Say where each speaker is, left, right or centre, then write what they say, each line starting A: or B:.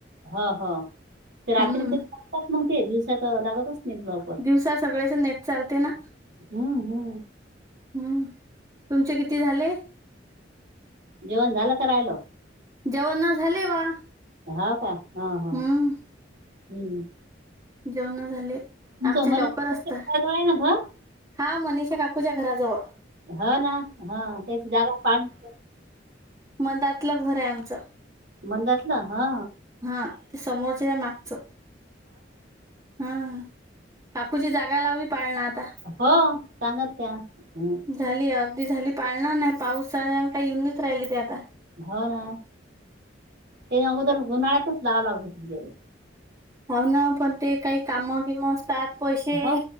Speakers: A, on the right; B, on the right.
A: ह ह ते रात्री
B: हम्म.
A: <unintelligible> लागतात मग ते दिवसाक लागतच नाहीत मग.
B: दिवसा सगळेच नेट चालते ना?
A: हम्म हम्म.
B: हम्म तुमचे किती झाले?
A: जेवण झालं का राहिलं?
B: जेवणा झाले बा.
A: हाव का हा हा
B: हम्म.
A: हम्म.
B: जेवण झाले.
A: म
B: आमचे
A: आहे
B: लवकर असत
A: ना का <unintelligible>
B: हा मनषा काकूच्या घराजवळ.
A: ह ना ह तेच जाग पाणी <unintelligible>
B: मदातलं घर आहे आमचं.
A: मंदातला हा.
B: हा ते समोरच्या या मागचं हा. काकूची जागा लावली पाळणा आता.
A: हो सांगत त्या <unintelligible>
B: झाली अर्दी झाली पाळणार नाही पाऊस झा काही येऊनच राहिले ते आता.
A: हो ना ते अगोदर उन्हाळ्यातच लावं लागत. <unintelligible>
B: हो ना पण ते काही काम किम असतात पैसे
A: हो.